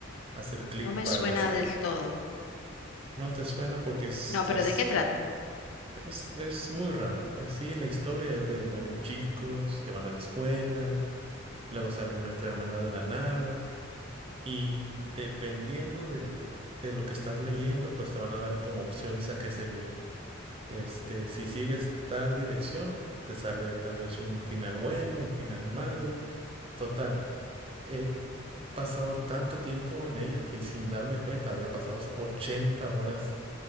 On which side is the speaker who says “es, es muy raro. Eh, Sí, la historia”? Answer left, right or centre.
Right